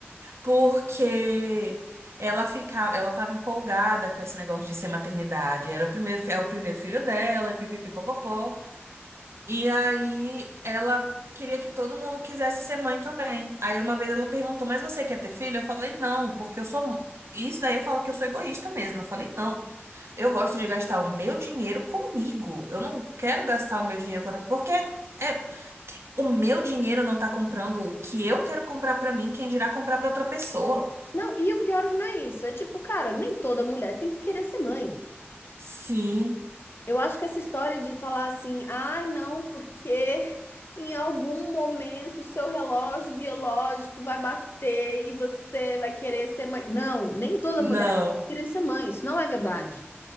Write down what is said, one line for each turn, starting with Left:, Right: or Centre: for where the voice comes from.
Right: porque ela ficava, ela estava empolgada com esse negócio de ser maternidade. Era o primeiro, fi- é o primeiro filho dela, e pipipipopopó. E aí ela queria que todo mundo quisesse ser mãe também. Aí uma vez ela perguntou: "Mas você quer ter filho?" Eu falei: "Não, porque eu sou Isso daí eu falo que eu sou egoísta mesmo. Eu falei, não, eu gosto de gastar o meu dinheiro comigo. Eu não quero gastar o meu dinheiro com outra. Porque é, o meu dinheiro não tá comprando o que eu quero comprar pra mim, quem dirá comprar pra outra pessoa.
Left: Não, e o pior que não é isso. É tipo, cara, nem toda mulher tem que querer ser mãe.
Right: Sim,
Left: Eu acho que essa história de falar assim, ai não, porque <laughs> em algum momento o seu relógio biológico vai bater e você vai querer ser mãe. Não, nem toda
Right: não.
Left: mulher vai querer ser mãe, isso não é verdade.